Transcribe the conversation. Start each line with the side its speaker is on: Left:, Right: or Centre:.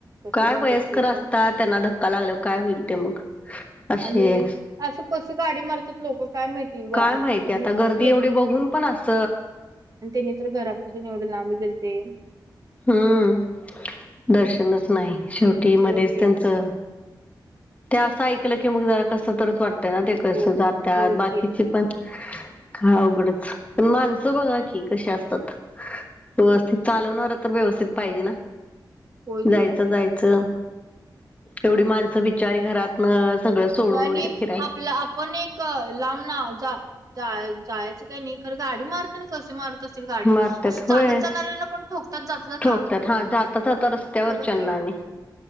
Right: तसभ
Left: काय वयस्कर
Right: बच
Left: असतात
Right: का
Left: त्यांना धक्का लागल काय होईल ते मग असे
Right: आणि असं कसं गाडी मारतात लोकं काय माहिती वा-
Left: काय माहितीय
Right: आणि
Left: आता गर्दी
Right: त्यांनी
Left: एवढी बघून पण अस
Right: आणि त्यांनी तर घरापासून एवढे लांब गेल ते
Left: हम्म दर्शनच नाही शेवटी मध्येच
Right: होय की
Left: त्यांचं ते असं ऐकलं की मग जरा कस तरच वाटतंय ना ते कस
Right: होय
Left: जात्या
Right: होय
Left: बाकीची
Right: की
Left: पण हा उघडच पण माणसं बघा की कसे असतात व्यवस्थित चालवणार तर व्यवस्थित पाहिजे ना
Right: होय
Left: जायचं
Right: की
Left: जायचं एवढी माणसं बिचारी घरात सगळं सोडून
Right: आणि
Left: वगैरे फिरायला
Right: आपलं आपण एक लांब ना जा जायचं काही नाही खरं गाडी मारते ना कसे मारत असतील गाडी
Left: मरतात
Right: असं
Left: होय
Right: चालत जाणाऱ्यांना पण ठोकतात जाता जाता
Left: ठोकतात हा जात जात रस्त्यावर
Right: बघा
Left: चन्नाने
Right: की.